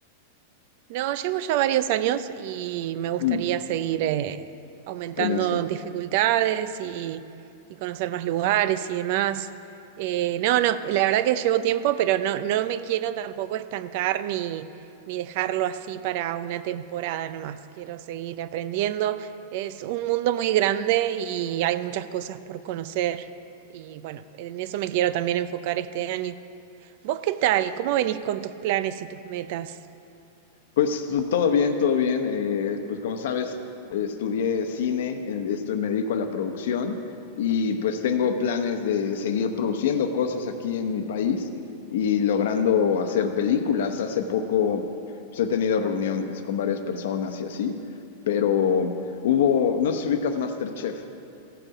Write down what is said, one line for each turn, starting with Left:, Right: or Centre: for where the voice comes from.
Right: No, llevo ya varios años y me gustaría
Left: Mm,
Right: seguir eh, aumentando
Left: en eso.
Right: dificultades y, y conocer más lugares y demás. Eh, no, no, la verdad que llevo tiempo, pero no, no me quiero tampoco estancar ni, ni dejarlo así para una temporada nomás. Quiero seguir aprendiendo. Es un mundo muy grande y hay muchas cosas por conocer. Y bueno, en eso me quiero también enfocar este año. ¿Vos qué tal? ¿Cómo venís con tus planes y tus metas?
Left: Pues todo bien, todo bien. Eh, pues como sabes, eh, estudié cine, en- esto me dedico a la producción y pues tengo planes de seguir produciendo cosas aquí en mi país y logrando hacer películas. Hace poco pues, he tenido reuniones con varias personas y así, pero hubo, no sé si ubicas MasterChef.